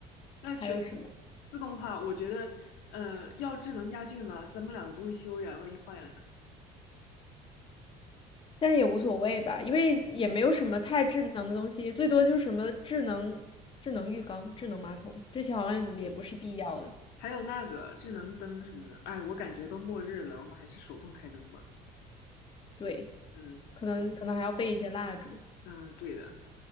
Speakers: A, on the left (about 80°); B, on the left (about 30°).
A: 那全
B: 还有什么？
A: 自动化，我觉得呃要智能家具吗？咱们两个不会修呀，万一坏了呢？
B: 但也无所谓吧，因为也没有什么太智能的东西，最多就是什么智能智能浴缸、智能马桶，这些好像你们也不是必要的。
A: 嗯还有那个智能灯什么的，哎，我感觉都末日了，我们还是手动开灯吧。
B: 对，
A: 嗯
B: 可能可能还要备一些蜡烛，
A: 嗯、呃对的，